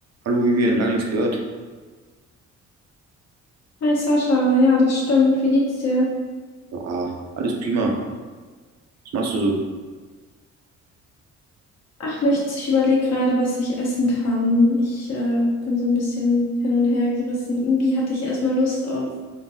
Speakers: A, on the right (about 60°); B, on the left (about 60°).
A: Hallo Vivian, lange nichts gehört.
B: Hi Sascha, ja, das stimmt. Wie geht's dir?
A: Ja, alles prima. Was machst du so?
B: Ach, nichts. Ich überlege gerade, was ich essen kann. Ich äh, bin so ein bisschen hin und her gerissen. Irgendwie hatte ich erstmal Lust auf